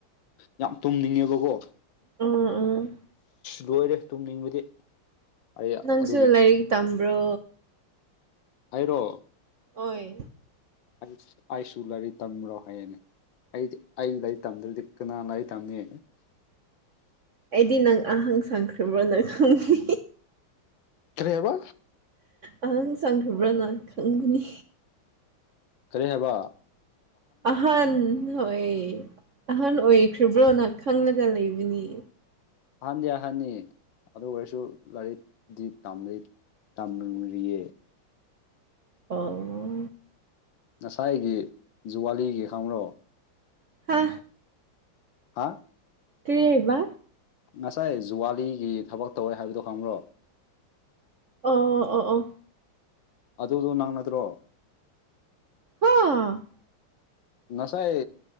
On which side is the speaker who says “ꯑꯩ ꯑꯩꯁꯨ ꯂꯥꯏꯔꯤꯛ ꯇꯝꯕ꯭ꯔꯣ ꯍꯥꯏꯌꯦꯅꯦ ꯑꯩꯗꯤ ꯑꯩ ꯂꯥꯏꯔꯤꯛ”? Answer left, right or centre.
Left